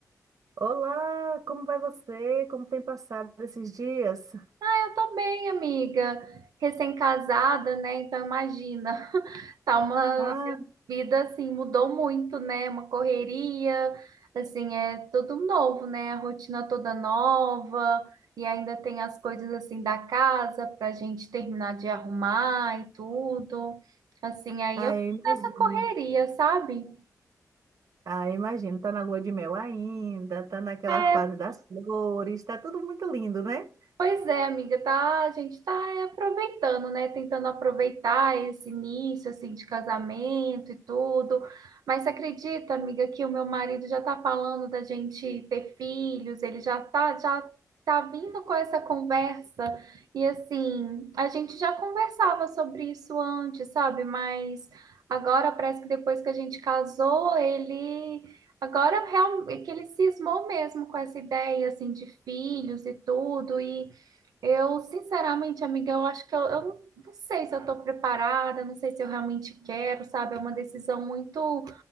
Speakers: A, on the right; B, on the right.
A: Olá, como vai você? Como tem passado esses dias?
B: Ah, Eu tô bem, amiga. Recém-casada, né? Então imagina, <laughs> tá uma
A: Ah,
B: vida assim, mudou muito, né? Uma correria, assim, é tudo novo, né? A rotina toda nova e ainda tem as coisas assim da casa pra gente terminar de arrumar e tudo. Assim, aí
A: ah,
B: eu tô
A: eu imagino.
B: nessa correria, sabe?
A: Ah, eu imagino. Tá na lua de mel ainda, tá naquela
B: É,
A: fase das flores, tá tudo muito lindo, né?
B: Pois é, amiga, tá, a gente tá é, aproveitando, né? Tentando aproveitar esse início, assim, de casamento e tudo. Mas você acredita, amiga, que o meu marido já tá falando da gente ter filhos, ele já tá, já tá vindo com essa conversa. E assim, a gente já conversava sobre isso antes, sabe? Mas agora parece que depois que a gente casou, ele Agora real- é que ele cismou mesmo com essa ideia assim de filhos e tudo e eu, sinceramente, amiga, eu acho que eu, eu não não sei se eu estou preparada, não sei se eu realmente quero, sabe? É uma decisão muito,